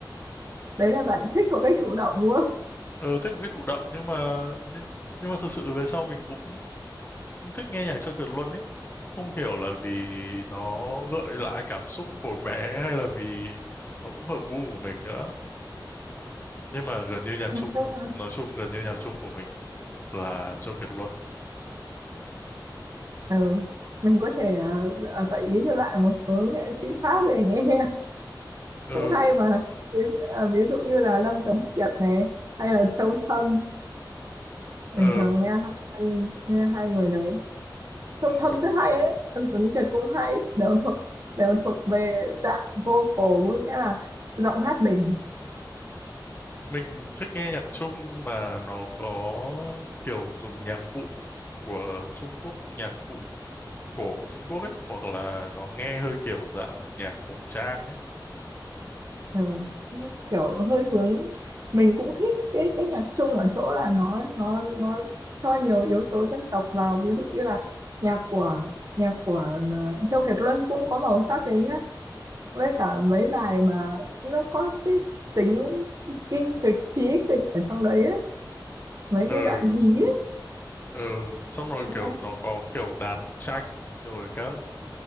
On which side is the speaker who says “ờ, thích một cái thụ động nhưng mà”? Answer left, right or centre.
Left